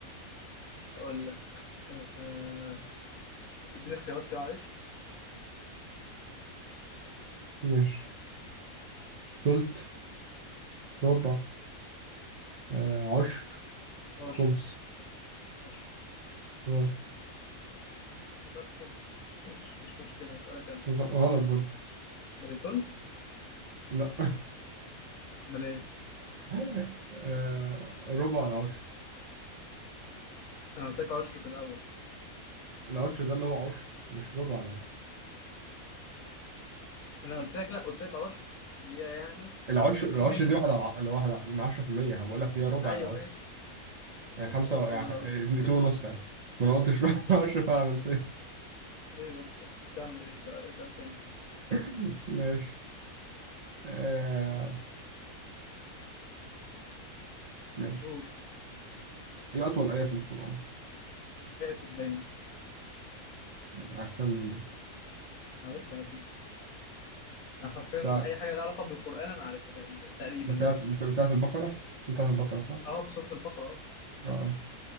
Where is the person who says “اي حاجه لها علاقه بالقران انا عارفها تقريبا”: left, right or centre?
Left